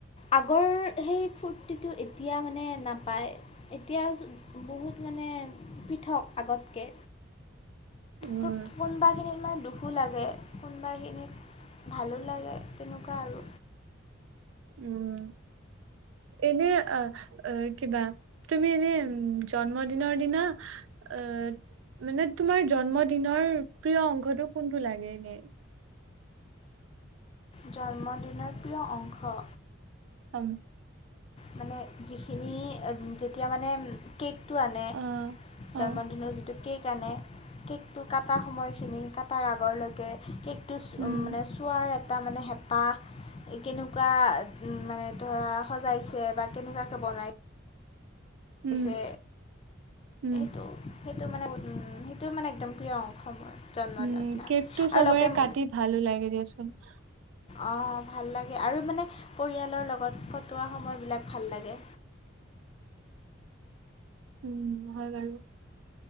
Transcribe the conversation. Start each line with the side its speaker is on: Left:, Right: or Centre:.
Left: আগৰ সেই ফূৰ্তিটো এতিয়া মানে নাপায়, এতিয়া বহুত মানে পৃথক আগতকে।
Right: উম,
Left: ত কোনোবা খিনিত মানে দু খো লাগে কোনোবা খিনিত ভালো লাগে তেনেকুৱা আৰু।
Right: উম, এনে আহ আ কিবা তুমি এনে জন্মদিনৰ দিনা আ মানে তোমাৰ জন্মদিনৰ প্ৰিয় অংশটো কোনটো লাগে এনে?
Left: জন্মদিনৰ প্ৰিয় অংশ!
Right: হম।
Left: মানে যিখিনি যেতিয়া মানে কেক টো আনে,
Right: অ', অ',
Left: জন্মদিনৰ যিটো সেইকাৰণে কেকটো কাটা সময়খিনি, কাত তাৰ আগৰলৈকে কেক টো চো
Right: উম,
Left: মানে চোৱাৰ তাৰমানে হেঁপাহ কেনেকুৱা মানে ধৰা সজাইছে বা কেনেকুৱাকে বনাই
Right: উম,
Left: পিছে,
Right: উম,
Left: সেইটো সেইটো মানে সেইটো মানে একদম প্ৰিয় অংশ মোৰ। জন্মদিনৰ
Right: উম,
Left: দিনা
Right: কেকটো
Left: আৰু
Right: চবৰে
Left: লগতে উম,
Right: কাটি ভালো লাগে দিয়াচোন।
Left: অ' ভাল লাগে আৰু মানে পৰিয়ালৰ লগত কটোৱা সময়বিলাক ভাল লাগে।
Right: উম, হয় বাৰু।